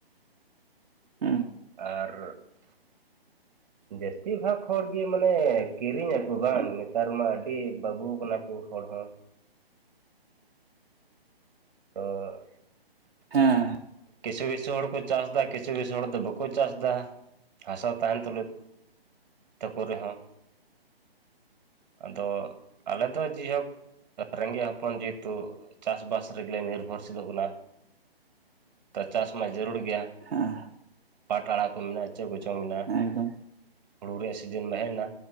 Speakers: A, on the right; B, on the right.
A: ᱩᱸ
B: ᱟᱨᱼᱼ
A: <inaudible>
B: ᱡᱟᱹᱥᱛᱤ ᱵᱷᱟᱠ ᱦᱚᱲ ᱜᱮ ᱢᱟᱱᱮ ᱠᱤᱨᱤᱧ ᱟᱜᱩ ᱵᱟᱝ
A: ᱦᱮᱸ
B: ᱱᱮᱛᱟᱨ ᱢᱟ ᱟᱹᱰᱤ ᱵᱟᱹᱵᱩ ᱠᱟᱱᱟ ᱠᱚ ᱦᱚᱲ ᱦᱚᱸᱼᱼ ᱛᱚ
A: ᱦᱮᱸ
B: ᱠᱤᱪᱷᱩ-ᱠᱤᱪᱷᱩ ᱦᱚᱲ ᱠᱚ ᱪᱟᱥ ᱫᱟ ᱠᱤᱪᱷᱩ-ᱠᱤᱪᱷᱩ ᱦᱚᱲ ᱫᱚ ᱵᱟᱠᱚ ᱪᱟᱥ ᱫᱟ᱾ ᱦᱟᱥᱟ ᱛᱟᱦᱮᱸᱱ ᱛᱩᱞᱩᱡ, ᱛᱟᱠᱚ ᱨᱮᱦᱚᱸᱼᱼ ᱟᱫᱚ ᱟᱞᱮ ᱫᱚ ᱡᱮ ᱦᱳᱠᱼᱼ <unintelligible> ᱨᱚᱸᱝᱜᱮᱜ ᱦᱚᱯᱚᱱ ᱡᱮᱦᱮᱛᱩ ᱪᱟᱥ-ᱵᱟᱥᱼᱼ ᱨᱮᱜᱮ ᱞᱮ ᱱᱤᱨᱵᱷᱚᱨᱥᱤᱞᱚᱜ ᱠᱟᱱᱟ ᱛᱚ ᱪᱟᱥ ᱢᱟ ᱡᱟᱹᱨᱩᱲ ᱜᱮᱭᱟ᱾
A: ᱦᱮᱸ
B: ᱯᱟᱴ ᱟᱲᱟᱜ ᱠᱚ ᱢᱮᱱᱟᱜ-ᱟ ᱪᱮᱫ ᱠᱚᱪᱚᱝ ᱢᱮᱱᱟᱜ-ᱟ
A: ᱮᱠᱫᱚᱢ
B: ᱦᱩᱲᱩ ᱨᱮᱭᱟᱜ ᱥᱤᱡᱤᱱ ᱢᱟ ᱦᱮᱡ ᱱᱟ,